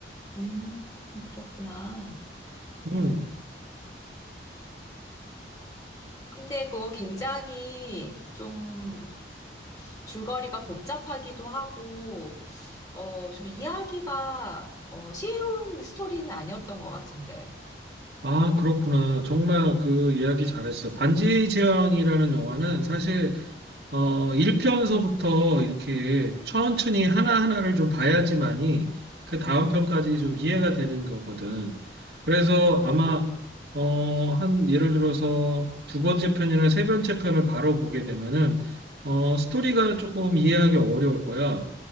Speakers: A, on the left; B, on the right.
A: 음, 그렇구나.
B: 음.
A: 근데 그거 굉장히 좀 줄거리가 복잡하기도 하고, 어, 좀 이야기가 어, 쉬운 스토리는 아니었던 것 같은데.
B: 아, 그렇구나. 정말 그 이야기 잘했어. 반지의 제왕이라는 영화는 사실 어, 1편서부터 이렇게 천천히 하나하나를 좀 봐야지만이 그 다음 편까지 좀 이해가 되는 거거든. 그래서 아마, 어, 한, 예를 들어서 두 번째 편이나 세 번째 편을 바로 보게 되면은, 어, 스토리가 조금 이해하기 어려울 거야.